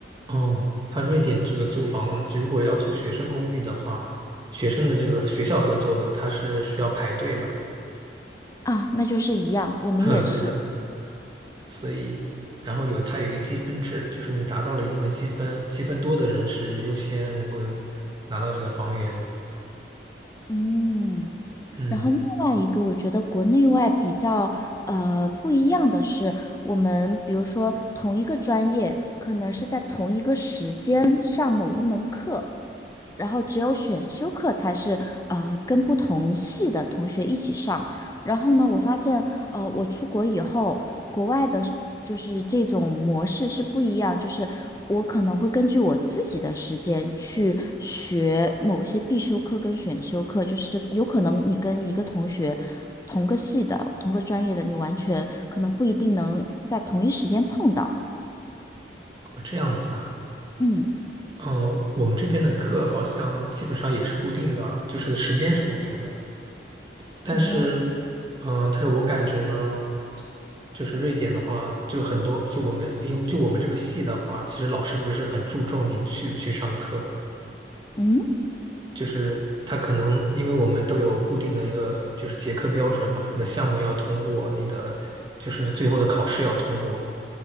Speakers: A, on the right (about 25°); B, on the left (about 20°).
A: 哦，它瑞典这个租房，如果要租学生公寓的话，学生的这个学校合作的，它是需要排队的。
B: 啊，那就是一样，我们也是。
A: <laughs> 哼，对的。所以，然后有它有一个积分制，就是你达到了一定的积分，积分多的人是优先能够有拿到这个房源。
B: 嗯，
A: 嗯，
B: 然后另外一个，我觉得国内外比较呃不一样的是，我们比如说同一个专业，可能是在同一个时间上某一门课，然后只有选修课才是呃跟不同系的同学一起上。然后呢，我发现呃我出国以后，国外的是就是这种模式是不一样，就是我可能会根据我自己的时间去学某些必修课跟选修课，就是有可能你跟一个同学同个系的、同个专业的，你完全可能不一定能在同一时间碰到。
A: 哦这样子啊。
B: 嗯，
A: 嗯，我们这边的课好像基本上也是固定的，就是时间是固定的。但是，
B: 哦，
A: 嗯，但是我感觉呢，就是瑞典的话，就是很多，就我们因为就我们这个系的话，其实老师不是很注重你去不去上课。
B: 嗯
A: 就是它可能因为我们都有固定的一个就是结课标准嘛，你的项目要通过，你的就是最后的考试要通过。